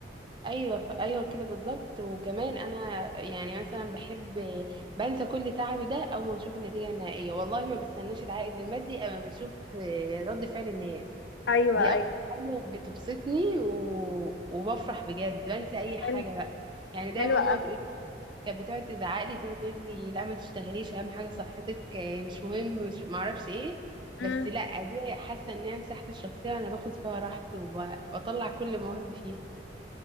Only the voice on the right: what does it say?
ايوه ف- ايوه كده بالظبط وكمان انا يعني مثلا بحب بنسى كل تعبي ده اول ما بشوف النتيجه النهائيه والله ما بستناش العائد المادي اما بشوف رد فعل الناس
دي
اكتر حاجة بتبسطني و... وبفرح بجد بنسى اي حاجة
بقى يعني دايما
ماما تقول لي كانت بتقعد تزعق لي تقعد تقول لي لا ما تشتغليش اهم حاجة صحتك آه، مش مهم مش ما اعرفش ايه
بس لا دي حاسة ان هي مساحتي الشخصية انا باخد فيها راحتي وب- وبطلع كل مواهبي فيها